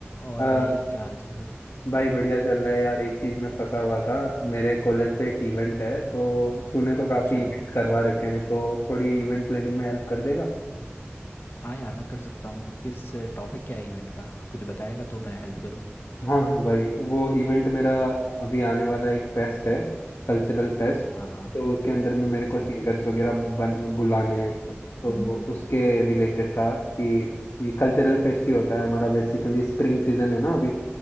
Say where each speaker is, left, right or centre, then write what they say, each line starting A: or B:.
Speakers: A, on the left (about 55°); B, on the left (about 75°).
A: और
B: अ,
A: भाई क्या हाल चाल
B: भाई बढ़िया चल रहा है यार एक चीज में फंसा हुआ था मेरे कॉलेज पे एक इवेंट है तो तूने तो काफी
A: अच्छा
B: इवेंट्स करवा रखे हैं तो थोड़ी इवेंट प्लानिंग में हेल्प कर देगा
A: हाँ यार मैं कर सकता हूँ किस टॉपिक क्या है इवेंट का कुछ बताएगा तो मैं हेल्प करूँ
B: हाँ हाँ भाई वो इवेंट मेरा अभी आने वाला एक फेस्ट है कल्चरल फेस्ट तो
A: हाँ हाँ
B: उसके अंदर में मेरे
A: अच्छा
B: को सिंगर्स वगैरह बन बुलाने हैं तो वो उसके रिलेटेड था कि ये कल्चरल फेस्ट ही होता है हमारा बेसिकली स्प्रिंग सीजन है ना अभी